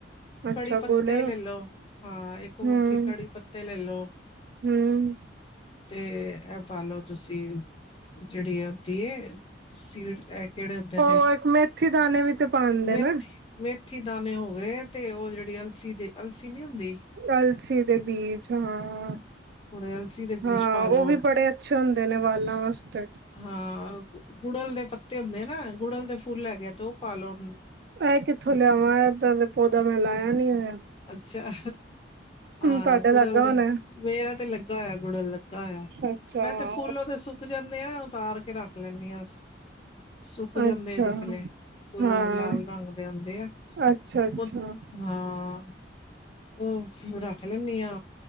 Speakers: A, on the right; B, on the left.
A: ਅੱਛਾ
B: ਕੜੀ ਪੱਤੇ
A: ਗੋਲੇ ਦਾ
B: ਲੈ ਲੋ ਹਾਂ ਇੱਕ ਮੁੱਠੀ
A: ਹਮ
B: ਕੜੀ ਪੱਤੇ ਲੈ ਲੋ
A: ਹਮ
B: ਤੇ ਪਾ ਲੋ ਤੁਸੀਂ ਜਿਹੜੀ ਆ ਉਹਦੀਏ ਸੀਡ ਕਿਹੜੇ ਹੁੰਦੇ
A: ਉਹ
B: ਨੇ
A: ਇੱਕ ਮੇਥੀ ਦਾਣੇ ਵੀ ਤੇ ਪਾਉਦੇ
B: ਮੇਥੀ
A: ਨਾ
B: ਮੇਥੀ ਦਾਣੇ ਹੋ ਗਏ ਤੇ ਉਹ ਜਿਹੜੀ ਅਲਸੀ ਦੀ ਅਲਸੀ ਨੀ ਹੁੰਦੀ
A: ਕਲਸੀ ਦੇ ਬੀਚ ਹਾਂ।
B: ਥੋੜੇ ਅਲਸੀ ਦੇ
A: ਹਾਂ,
B: ਬੀਜ ਪਾਲੋ
A: ਉਹ ਵੀ ਬੜੇ ਅੱਛੇ ਹੁੰਦੇ ਨੇ ਬਾਲਾ ਵਾਲਾਂ ਵਾਸਤੇ।
B: ਹਾਂ ਗੁੜਲ ਦੇ ਪੱਤੇ ਹੁੰਦੇ ਨਾ ਗੁੜਲ ਦੇ ਫੁੱਲ ਹੈਗੇ ਤੇ ਉਹ ਪਾ ਲੋ।
A: ਇਹ ਕਿੱਥੋਂ ਲਿਆਵਾਂ ਏਦਾਂ ਪੌਦਾ ਮੈਂ ਲਾਇਆ ਨੀ ਹੋਇਆ।
B: ਅੱਛਾ। ਹਾ
A: ਤੁਹਾਡੇ
B: ਗੁੜਲ
A: ਲੱਗਾ
B: ਦਾ
A: ਹੋਣਾ
B: ਮੇਰਾ ਤੇ ਲੱਗਾ ਹੋਇਆ ਗੁੜਲ ਲੱ।
A: ਅੱਛਾ
B: ਮੈਂ ਤੇ ਫੁੱਲ ਉਹ ਤੇ ਸੁੱਕ ਜਾਂਦੇ ਆ ਨਾ ਉਤਾਰ ਕੇ ਰੱਖ ਲੈਦੀ ਐ। ਸੁੱਕ ਜਾਂਦੇ
A: ਅੱਛਾ
B: ਆ ਜਿਸ ਲੇ ਫੁੱਲ
A: ਹਾਂ
B: ਲਾਲ ਰੰਗ ਦੇ ਆਂਦੇ ਆ
A: ਅੱਛਾ ਅੱਛਾ
B: ਉ ਹਾਂ ਉਹ ਰੱਖ ਲੈਂਦੀ ਐ।